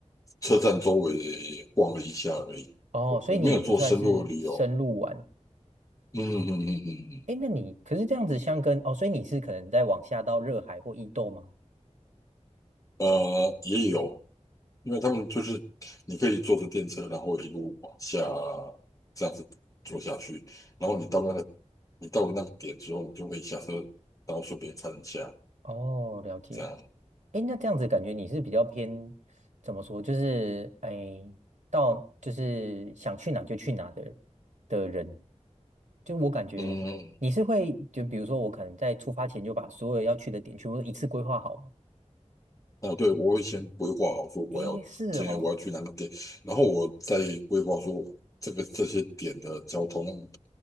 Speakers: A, on the left; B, on the right.
A: 车站周围逛了一下而已，
B: 哦，
A: 我我没有做深入的旅游。
B: 所以你也不算是深入玩。
A: 嗯嗯嗯嗯嗯，嗯
B: 哎，那你可是这样子香根哦，所以你是可能在往下到热海或伊豆吗？
A: 呃，也有，因为他们就是你可以坐着电车，然后一路往下这样子坐下去，然后你到那个你到了那个点之后，你就可以下车，然后顺便看一下
B: 哦，了解。
A: 这样。
B: 诶，那这样子感觉你是比较偏怎么说？就是诶，到就是想去哪就去哪的的人。就我感觉你是会，
A: 嗯，
B: 就比如说我可能在出发前就把所有要去的点全部都一次规划好吗？
A: 哦，对，我会先规划好说我要今天我要去哪个点，
B: 诶，是哦，
A: 然后我再规划说这个这些点的交通。